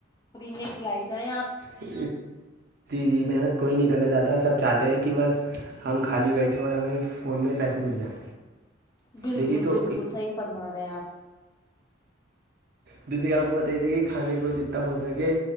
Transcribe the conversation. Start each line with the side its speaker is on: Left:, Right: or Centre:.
Left: فری میں کھلائی جائیں آپ
Right: جی جی محنت کوئی نہیں کرنا چاہتا سب چاہتے ہیں کہ بس ہم خالی بیٹھے اور ہمیں فون میں پیسے مل جائیں
Left: بالکل
Right: دیکھیے تو
Left: بالکل صحیح فرما رہے ہیں آپ
Right: جسے کہ آپ کو بت ہی تھاے کہ کھانے کو جتنا ہو سکے